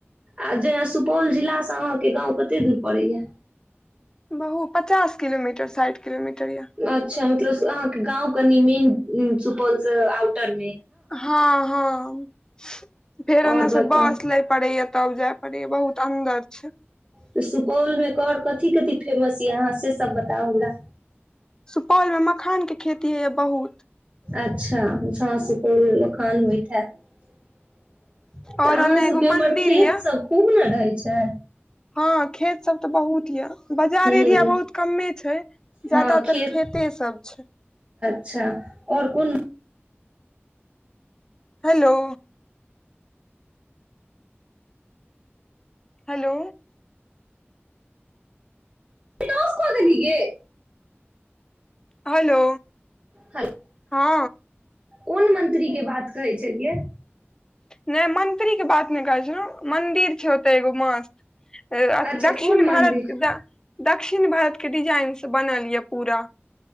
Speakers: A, on the right; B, on the left.
A: आ जेना सुपौल जिलासँ अहाँके गाँव कत्ते दूर पड़ैए
B: बहु पचास किलोमीटर साइठ किलोमीटर यऽ
A: अच्छा मतलब अहाँके गाँंव कनि मेन सुपौल से आउटर
B: हँ हँ फेर
A: आओर
B: ओनेस
A: बताउ
B: बस लै पड़ै ये तब जाय परैये बहुत अंन्दर छै
A: तऽ सुपौलमे कर कथि कथि फेमस यऽ अहाँ से सब बताउ हमरा
B: सुपौलमे मखानके खेती होइए बहुत
A: अच्छा हँ सुपौल मखान होइत हैत
B: और
A: अहाँ
B: ओने
A: सबके
B: एगो
A: उमहर
B: मंदिर
A: खेत
B: ये
A: सब खूब ने रहै छै
B: हँ खेत सब तऽ बहुत यऽ बाजार
A: हूँ
B: एरिया बहुत कमे छै
A: हँ
B: जादातर
A: खेत
B: खेते सब छै
A: अच्छा और कुन
B: हेलो हलो
A: नेट ऑफ क देलही गे
B: हेलो
A: हेलो
B: हँ
A: कोन मंत्रीके बात कहै छलियै
B: नहि मंत्री के बात नहि कहै छै ने मंन्दिर छै ओतय एगो मस्त अ अथि
A: अच्छा
B: दक्षिण
A: कोन मंदिर
B: भारत द दक्षिण भारतके डिजाइन छै बनाइ लिअ पूरा